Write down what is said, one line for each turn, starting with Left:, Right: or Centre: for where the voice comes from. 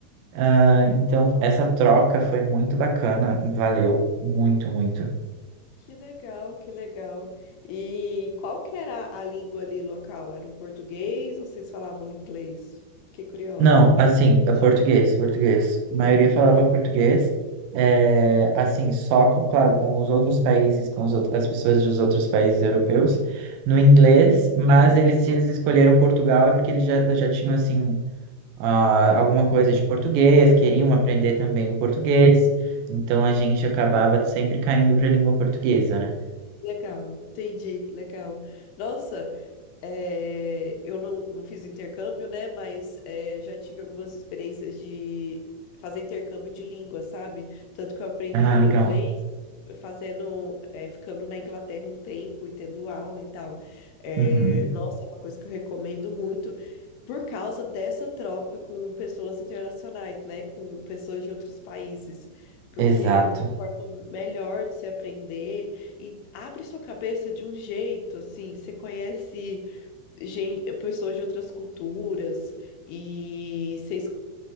Right: Ah, então, essa troca foi muito bacana. Valeu muito, muito.
Left: Que legal, que legal. E qual que era a língua ali local? Era o português ou vocês falavam inglês? Fiquei curiosa.
Right: Não, assim, é português, português. A maioria falava
Left: Aham,
Right: português. É, assim, só, com, claro, com os outros países, com os outros, as pessoas dos outros países europeus, no inglês, mas eles, se eles escolheram Portugal é porque eles já, já tinham, assim, ah, alguma coisa de português,
Left: aham.
Right: queriam aprender também o português, então a gente acabava sempre caindo para a língua portuguesa, né?
Left: Legal, entendi, legal. Nossa, é, eu não, não fiz intercâmbio, né? Mas é, já tive algumas experiências de fazer intercâmbio de língua, sabe? Tanto que eu aprendi
Right: Ah,
Left: o
Right: legal.
Left: inglês fazendo, é, ficando na Inglaterra um tempo e tendo aula e tal. É,
Right: Uhum.
Left: nossa, é uma coisa que eu recomendo muito por causa dessa troca com pessoas internacionais, né? Com pessoas de outros países. Porque
Right: Exato.
Left: não tem forma melhor de se aprender e abre sua cabeça de um jeito, assim, você conhece gen- pessoas de outras culturas e vocês c-